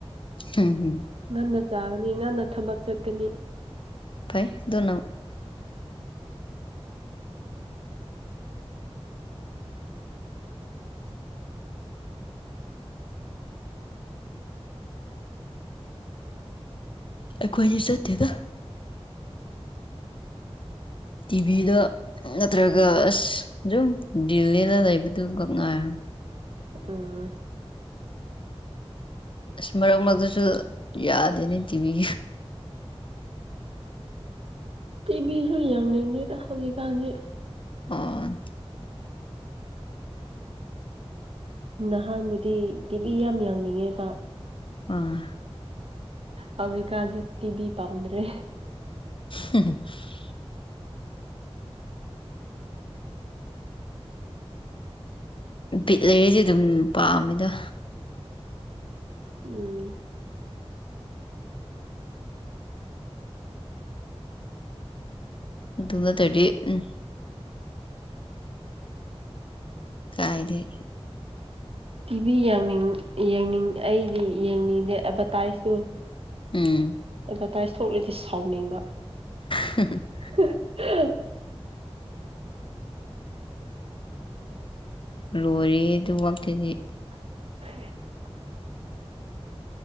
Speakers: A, on the left; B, on the right.
A: ꯎꯝ ꯍꯝ
B: ꯉꯟꯅ ꯆꯥꯒꯅꯤ ꯉꯟꯅ ꯊꯕꯛ ꯆꯠꯀꯅꯤ
A: ꯐꯩ ꯗꯨꯅ ꯑꯩꯈꯣꯏꯗꯤ ꯆꯠꯇꯦꯗ ꯇꯤꯚꯤꯗ ꯅꯠꯇ꯭ꯔꯒ ꯑꯁ ꯖꯨꯝ ꯗꯤꯜꯂꯦꯜꯂ ꯂꯩꯕꯗꯨꯒꯛ ꯉꯥꯥꯏ
B: ꯎꯝ
A: ꯑꯁ ꯃꯔꯛ ꯃꯔꯛꯇꯁꯨ ꯌꯥꯗꯦꯅꯦ ꯇꯤꯚꯤ
B: ꯇꯤꯚꯤꯁꯨ ꯌꯥꯡꯅꯤꯡꯗꯦꯗ ꯍꯧꯖꯤꯛꯀꯥꯟꯁꯦ
A: ꯑꫭ
B: ꯅꯍꯥꯟꯕꯨꯗꯤ ꯇꯤꯚꯤ ꯌꯥꯝ ꯌꯥꯡꯅꯤꯡꯉꯦꯕ
A: ꯑꯥ
B: ꯍꯧꯖꯤꯀꯥꯟꯁ‌ꯦ ꯇꯤꯚꯤ ꯄꯝꯗ꯭ꯔꯦ
A: <unintelligible> ꯕꯤꯠ ꯂꯩꯔꯗꯤ ꯑꯗꯨꯝ ꯄꯥꯝꯃꯦꯗ
B: ꯎꯝ
A: ꯑꯗꯨ ꯅꯠꯇꯔꯗꯤ ꯎꯝ ꯀꯥꯏꯗꯩ
B: ꯇꯤꯚꯤ ꯌꯥꯡꯅꯤꯡ ꯌꯦꯡꯅꯤꯡ ꯑꯩꯗꯤ ꯌꯦꯡꯅꯤꯡꯗꯦ ꯑꯥꯕꯁꯗꯇꯥꯏꯁꯇꯨ
A: ꯎꯝ
B: ꯑꯦꯠꯚꯔꯇꯥꯏꯁ ꯊꯣꯛꯂꯗꯤ ꯁꯥꯎꯅꯤꯡꯕ
A: ꯍ <unintelligible>
B: <unintelligible>
A: ꯂꯣꯏꯔꯦꯌꯦ ꯑꯗꯨ ꯋꯥꯛꯇꯨꯗꯤ
B: <unintelligible>